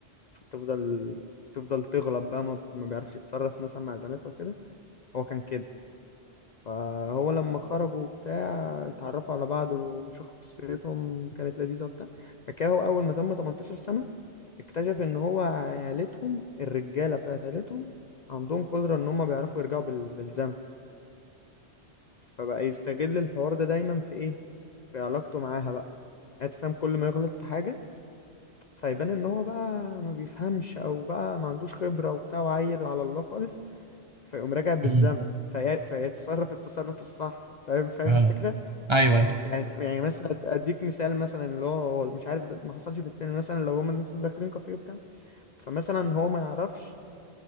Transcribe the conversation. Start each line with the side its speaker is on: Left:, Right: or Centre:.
Left: فبتفضل تفضل تغلط بقى ما, ما بيعرفش يتصرف مثلا مع البنات او كده هو كان كده فهو لما خرجوا بتاع اتعرفوا على بعض وشخصيتهم كانت لذيذة وبتاع فكاهو أول ما تم 18 سنة اكتشف إن هو عيلتهم الرجالة بتاعت عيلتهم عندهم قدرة إن هما بيعرفوا يرجعوا بال- بالزمن فبقى يستغل الحوار ده دايما في ايه في علاقته معاها بقى يعني انت فاهم كل ما يغلط في حاجة فيبان ان هو بقى ما بيفهمش او بقى ما عندوش خبرة وبتاع وعيل على الله خالص فيقوم راجع بالزمن
Right: امم
Left: في... فيتصرف التصرف الصح فاهم فاهم
Right: اه
Left: الفكرة
Right: ايوه ايوه
Left: يعني يعني مثلا اديك مثال مثلا اللي هو هو مش عارف ده ما حصلش في الفيلم مثلا لو هما مثلا داخلين كافيه وبتاع فمثلا هو ما يعرفش